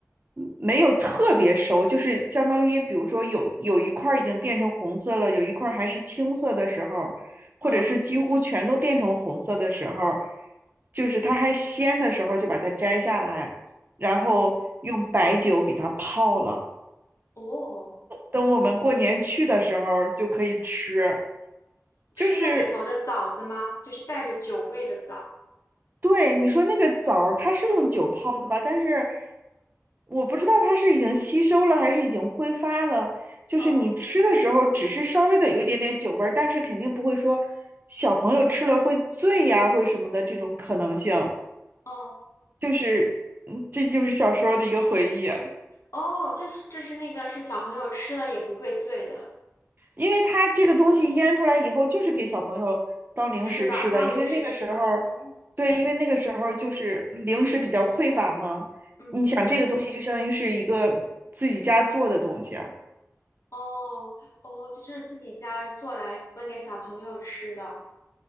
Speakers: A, on the right; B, on the left.
A: 没有特别熟，就是相当于比如说有有一块儿已经变成红色了，有一块儿还是青色的时候，或者是几乎全都变成红色的时候，
B: 嗯。
A: 就是它还鲜的时候就把它摘下来，然后用白酒给它泡了。
B: 嗯，哦，
A: 等我们过年去的时候就可以吃。就是
B: 吃那里头的枣子吗？就是带着酒味的枣。
A: 对你说那个枣儿，它是用酒泡的吧？
B: 嗯，
A: 但是我不知道它是已经吸收了还是已经挥发了。就是你吃的时候，
B: 嗯哦，
A: 只是稍微的有一点点酒味儿，但是肯定不会说小朋友吃了会醉呀、会什么的这种可能性。
B: 哦，
A: 就是，嗯，这就是小时候的一个回忆啊。
B: 哦，这是这是那个是小朋友吃了也不会醉的。
A: 因为它这个东西腌出来以后，
B: 嗯，
A: 就是给小朋友当零食吃的。
B: 吃的，当零食吃的。
A: 因为那个时候，
B: 哦，
A: 对，因为那个时候就是零食比较匮乏嘛。
B: 嗯嗯嗯，
A: 你想，这个东西就相当于是一个自己家做的东西啊。
B: 哦哦，就是自己家做来分给小朋友吃的。